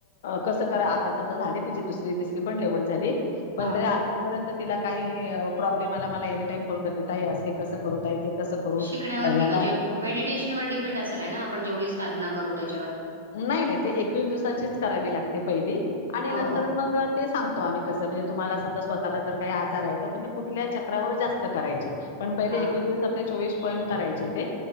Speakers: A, on the left; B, on the right.
A: कसं करा आता समजा झालेत तिची दुसरी, तीसरी पण लेवल झाली, पण
B: हां.
A: तरी आजून पर्यंत तिला काही अं प्रॉब्लेम आला मला एनी टाइम फोन करते, ताई आसं कसं करू? ताई ते कसं करू
B: शिकण्या वरती
A: ह्याला
B: म्हणजे मेडिटेशनवर डिपेंड असेल हयना, आपण जेवढी साधना करू त्याच्यावर.
A: नाही नाही ते एकवीस दिवसाचीच करावी लागते पहिली आणि
B: हो,
A: नंतर
B: हो.
A: मग ते सांगतो आम्ही. कसं म्हणजे तुम्हाला समजा स्वतःला जर काही आजार आहे, तर तुम्ही कुठल्या चक्रावर जास्त करायची. पण पहिले
B: हां,
A: एकवीस दिवस आपले चोवीस पॉईंट करायचे ते,